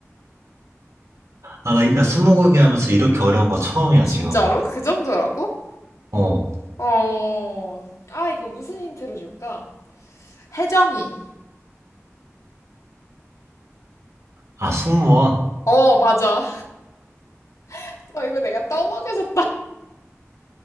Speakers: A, on the right; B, on the left.
A: 아 나 나 스무고개 하면서 이렇게 어려운 거 처음이야
B: 진짜로?
A: 지금.
B: 그 정도라고?
A: 어.
B: 어, 아, 이거 무슨 힌트를 줄까? 혜정이.
A: 아 승무원
B: 어, 맞아. <laughs> 아, 이거 내가 떠먹여서